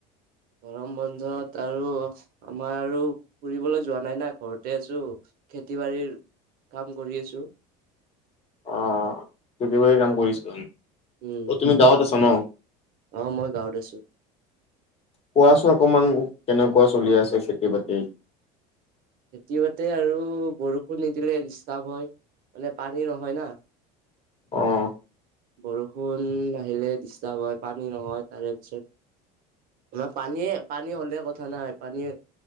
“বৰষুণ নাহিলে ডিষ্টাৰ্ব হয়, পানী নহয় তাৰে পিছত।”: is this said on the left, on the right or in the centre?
Right